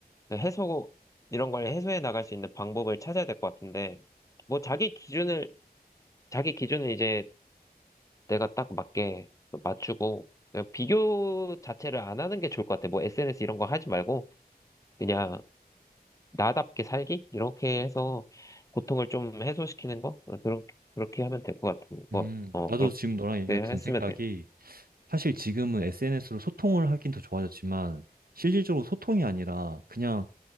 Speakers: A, on the left (about 20°); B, on the right (about 65°).
A: 그 해소, 이런 걸 해소해 나갈 수 있는 방법을 찾아야 될 것 같은데, 뭐 자기 기준을, 자기 기준을 이제 내가 딱 맞게 맞추고, 그냥 비교 자체를 안 하는 게 좋을 것 같아. 뭐 SNS 이런 거 하지 말고, 그냥 나답게 살기? 이렇게 해서 고통을 좀 해소시키는 거? 어, 그렇게, 그렇게 하면 될 것 같은 거.
B: 음,
A: 어,
B: 나도
A: 그렇게
B: 지금 너랑 얘기
A: 했으면
B: 같은 생각이
A: 돼.
B: 사실 지금은 SNS로 소통을 하긴 더 좋아졌지만 실질적으로 소통이 아니라 그냥